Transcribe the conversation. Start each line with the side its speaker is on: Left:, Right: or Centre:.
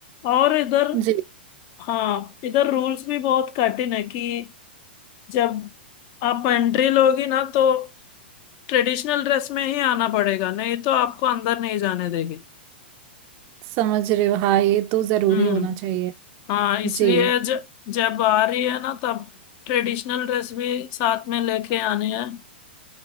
Left: और इधर
Right: जी
Left: हाँ इधर रूल्स भी बहुत कठिन है कि जब आप एंट्री लोगी ना तो ट्रेडिशनल ड्रेस में ही आना पड़ेगा नहीं तो आपको अंदर नहीं जाने देगी
Right: समझ रहे हो हाँ ये तो जरूरी
Left: हम्म
Right: होना चाहिए
Left: हाँ इसलिए
Right: जी
Left: ज, जब आ रही है ना तब ट्रेडिशनल ड्रेस भी साथ में लेके आनी है